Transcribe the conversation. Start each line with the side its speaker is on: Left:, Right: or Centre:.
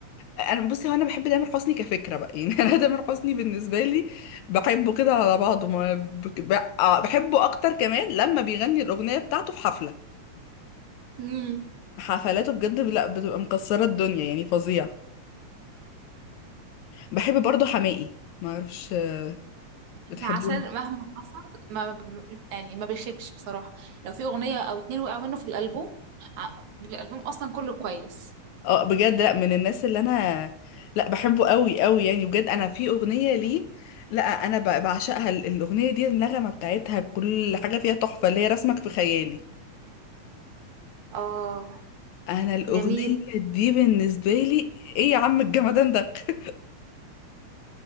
Left: انا بصي هو انا بحب تامر حسني كفكره بقى يعني <laughs> انا تامر حسني بالنسبه لي بحبه كده على بعضه ما بك- ب- آه، بحبه اكتر كمان لما بيغني الاغنيه بتاعته في حفله
Right: امم
Left: حفلاته بجد لا بتبقى مكسره الدنيا يعني فظيع بحب برضه حماقي ما اعرفش آه، بتحبيه
Right: عسل مهما حصل ما ب- يعني ما بيخيبش بصراحة لو في أغنية أو اتنين وقع منه في الألبوم ع- بيبقى الألبوم أصلا كله كويس
Left: اه بجد لا من الناس اللي انا لا بحبه قوي قوي يعني بجد انا في اغنيه ليه لا انا ب- بعشقها ال- الاغنيه دي النغمه بتاعتها بكل حاجه فيها تحفه اللي هي رسمك في خيالي
Right: اه
Left: انا الاغنيه
Right: جميل
Left: دي بالنسبه لي ايه يا عم الجمدان ده <laughs>